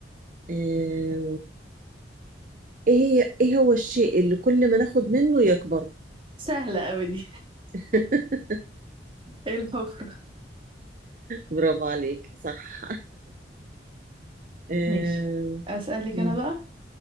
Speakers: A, on the right (about 45°); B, on the right (about 30°).
A: ايه هي ايه هو الشيء اللي كل ما ناخد منه يكبر
B: سهلة أوي دي
A: <laughs>
B: إيه الحفرة
A: برافو عليك صح آه،
B: ماشي أسألك
A: مم.
B: أنا بقى